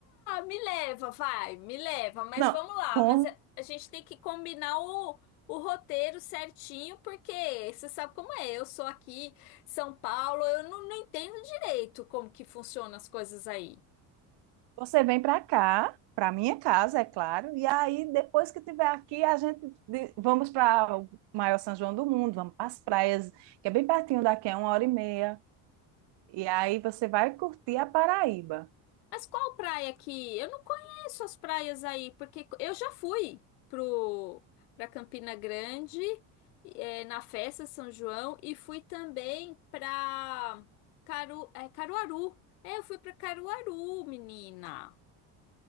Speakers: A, on the left; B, on the right.
A: Me leva, vai, me leva, mas
B: Não,
A: vamos lá.
B: com-
A: Mas a a gente tem que combinar o, o roteiro certinho, porque você sabe como é. Eu sou aqui, São Paulo, eu não, não entendo direito como que funcionam as coisas aí.
B: você vem para cá, para minha casa, é claro, e aí depois que tiver aqui, a gente de- vamos para o maior São João do mundo, vamos para as praias, que é bem pertinho daqui, é uma hora e meia, e aí você vai curtir a Paraíba.
A: Mas qual praia que? Eu não conheço as praias aí, porque eu já fui pro para Campina Grande, eh, na festa de São João e fui também pra Caru, é, Caruaru. É, eu fui para Caruaru, menina.